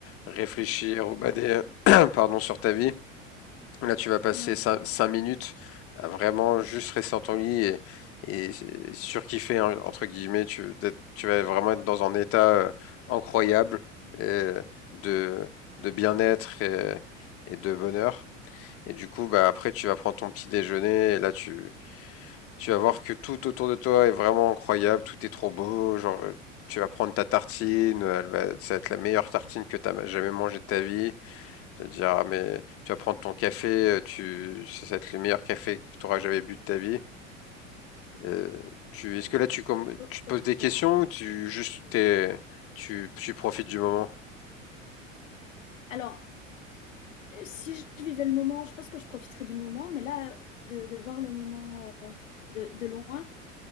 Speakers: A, on the left; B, on the left.
A: réfléchir ou bader <coughs> <clears throat> pardon, sur ta vie, là tu vas passer
B: Ouais.
A: cin- cinq minutes à vraiment juste rester dans ton lit et, et surkiffer hein, entre guillemets, tu, d'être- tu vas vraiment être dans un état euh, incroyable et de, de bien-être et, et de bonheur. Et du coup bah après tu vas prendre ton petit déjeuner et là tu, tu vas voir que tout autour de toi est vraiment incroyable, tout est trop beau, genre euh, tu vas prendre ta tartine, euh, elle va, ça va être la meilleure tartine que tu as jamais mangée de ta vie. Tu vas te dire, ah, mais tu vas prendre ton café, euh, tu, ça va être le meilleur café que tu auras jamais bu de ta vie. Euh, tu, est-ce que là tu, comme,
B: O-
A: tu te
B: ok.
A: poses des questions ou tu juste t'es, tu, tu profites du moment?
B: Alors, euh, si je vivais le moment, je pense que je profiterais du moment, mais là, de, de voir le moment euh, de, de loin,